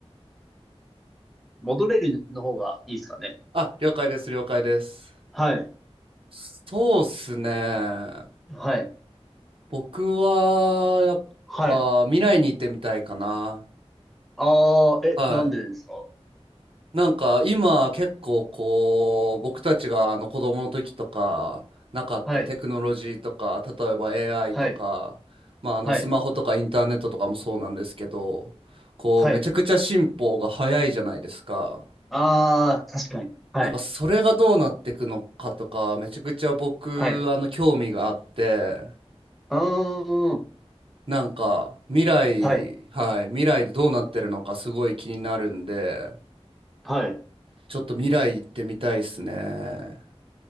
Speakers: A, in the centre; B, on the right.
A: 戻れるの方がいいですかね。
B: あ、了解です、了解です。
A: はい。
B: そうっすね。
A: はい。
B: 僕は、やっぱ、
A: はい。
B: 未来に行ってみたいかな。
A: ああ、え、
B: はい。
A: なんでですか
B: なんか今結構こう僕たちがあの子供の時とかなかったテクノロジーとか例えば
A: はい。
B: AI
A: はい、
B: とか、まあ、あのスマホとかインターネットとかもそうなんですけどこうめちゃくちゃ進歩が早いじゃないですか。
A: はい、はい。ああ、確かに。はい、
B: なんかそれがどうなっていくのかとかめちゃくちゃ僕あの興味があって
A: はい。うーん、
B: なんか未来はい未来でどうなってるのかすごい気になるんで
A: はい、はい。
B: ちょっと未来行ってみたいですね。